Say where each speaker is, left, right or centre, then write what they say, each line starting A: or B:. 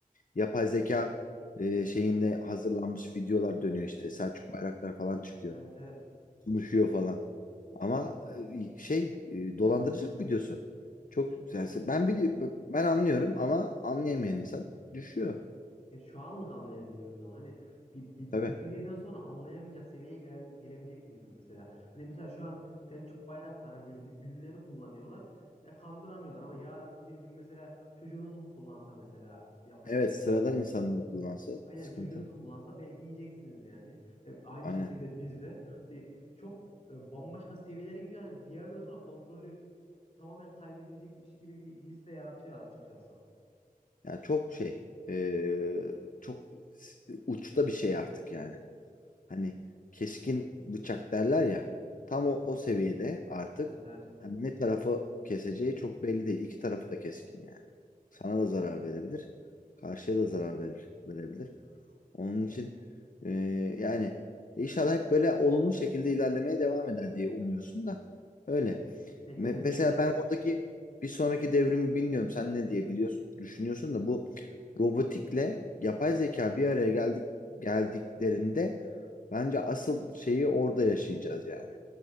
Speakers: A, on the left; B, on the left.
A: Yapay zeka e, şeyinde hazırlanmış videolar dönüyor işte. Selçuk Bayraktar falan çıkıyor.
B: Evet evet.
A: konuşuyor falan. Ama e, şey e, dolandırıcılık videosu. Çok yani ben bili ben anlıyorum ama anlayamayan insan düşüyor.
B: Ya şu anlık anlayabiliyoruz ama hani bir, bir,
A: Tabii.
B: bir seviyeden sonra anlayamayacak seviyeye gele- gelebilecek miyiz mesela? Hani mesela şu an Selçuk Bayraktar hani böyle ünleri kullanıyorlar. E, kandıramıyorlar ama yarın bir gün mesela çocuğunuzu kullansa mesela yapay
A: Evet
B: zeka
A: sıradan insanları kullansa
B: Aynen
A: sıkıntı.
B: çocuğunuzu kullansa belki yiyeceksiniz yani. E, aynı
A: Aynen.
B: şekilde biz de hani çok e, bambaşka seviyelere gidiyor. Hani bir yerden sonra kontrolü tamamen kaybedilecekmiş gibi bir his de yaratıyor açıkçası.
A: Yani çok şey e, çok s- uçta bir şey artık yani. Hani keskin bıçak derler ya. Tam
B: Hı hı.
A: o, o seviyede artık
B: Evet evet.
A: hani ne tarafı keseceği çok belli değil. İki tarafı da keskin yani. Sana da zarar verebilir. Karşıya da zarar verir, verebilir. Onun için e, yani inşallah hep böyle olumlu şekilde ilerlemeye devam eder diye umuyorsun da öyle.
B: Peki
A: Me-
B: öyle
A: Mesela
B: de
A: ben oradaki bir sonraki devrimi bilmiyorum. Sen ne diye biliyorsun, düşünüyorsun da bu robotikle yapay zeka bir araya geldik geldiklerinde Bence asıl şeyi orada yaşayacağız yani.